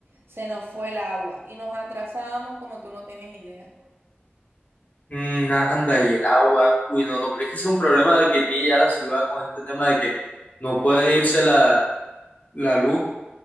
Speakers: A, on the right; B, on the left.
A: Se nos fue el agua y nos atrasamos como tú no tienes idea.
B: Mm, anda, y el agua. Uy, no, no, pero es que ese es un problema de que tiene ya la ciudad con este tema de que no puede irse la, la luz